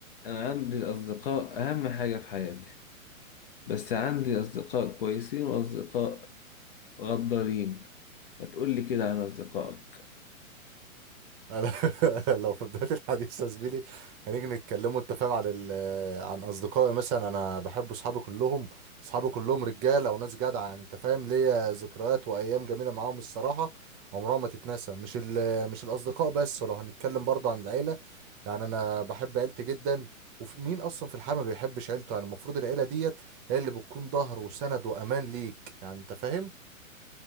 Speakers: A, on the left (about 40°); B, on the right (about 25°).
A: أنا عندي أصدقاء أهم حاجة في حياتي بس عندي أصدقاء كويسين وأصدقاء غدارين ما تقولي كده عن أصدقائك
B: أنا <laughs> لو في بداية الحديث يا زميلي هنيجي نتكلموا انت فاهم عن ال عن اصدقائي مثلا انا بحب اصحابي كلهم اصحابي كلهم رجاله وناس جدعه يعني انت فاهم ليا ذكريات وايام جميله معاهم الصراحه عمرها ما تتنسى مش ال مش الاصدقاء بس ولو هنتكلم برضه عن العيله يعني انا بحب عيلتي جدا ومين اصلا في الحياه ما بيحبش عيلته يعني المفروض العيله ديت هي اللي بتكون ظهر وسند وامان ليك يعني انت فاهم